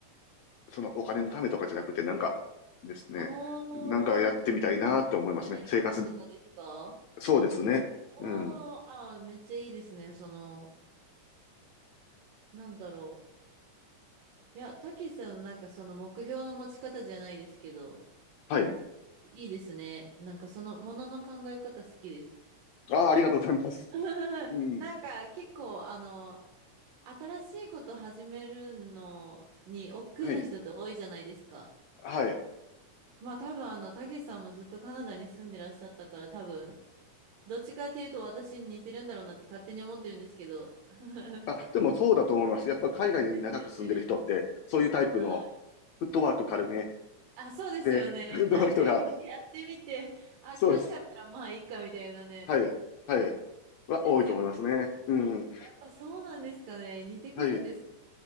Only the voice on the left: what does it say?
そのお金のためとかじゃなくて、なんかですね、
なんかやってみたいなと思いますね。
生活、そうですね。
うん。
はい。
ああ、ありがとうございます。
うん。
はい。はい。
あ、でもそうだと思います。やっぱ海外に長く住んでる人って、
そういうタイプの
フットワーク軽め
で、<laughs>
の人が、
そうです。はい。はい。は多いと思いますね。
うん。
はい。